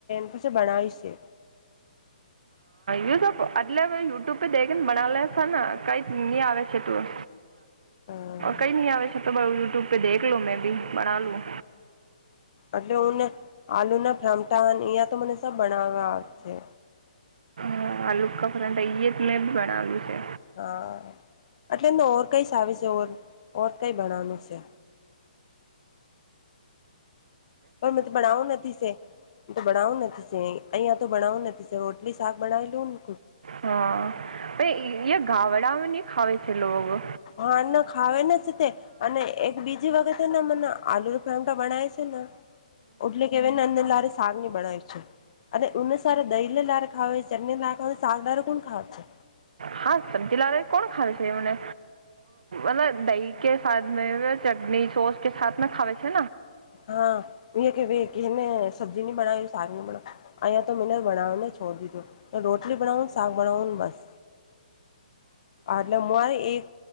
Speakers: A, on the left (about 50°); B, on the right (about 65°).
A: પછી બણાવ છે
B: યુ આટલે હ યુટ્યુબે દઈ ને બના લ છે ને કઈક નઈ આવે છે તું
A: હા
B: કઈ ન આવે છે તો યુટ્યુબ પે દેખ લું મેં ભી બના લું
A: એટલે હુંને આલુ ના ફામટા અહં તો મને સબ બનાવવા છે
B: હા આ લુકા ફરટ અહી જ મેં બી બણલ્યું છે
A: હા એટલે એમને ઓર કઈ સ આવી છે ઓર ઓર કઈ ભણવાનું છે પર મે તો બડાઉ નદીસે તો ભણાવવું નથી અહિયાયા તો ભણાવું નથી રોટલી શાક બનાાવ લું ને
B: હા પ ગાવડામાં ન ખાવે છે લોકો
A: હન ખાવે ને છે તે અને એક બીજી વખતેને મને આલુ ફામ તો બનાય છે ના એટલે કેવાય ને અંદર લારે શક ની બનાવી છે અરે ઉ સાર દહીલે લાર ખાવ ચણી લાર ખાવ શકદારો કોણ ખાવ છે
B: હા સબ્જી લાવે કોણ ખાવ છે એમને મ દહી કે મે ચટણી સોસ કે સા ખાવે છે
A: હા એ કે ભ કેને સબ્જી ની બનાવી અહીયા તો મને બનાાવને છોડ દીધો રોટલી બનાાવને સાગ બનાવાવને બસ એટલે માુંરે એક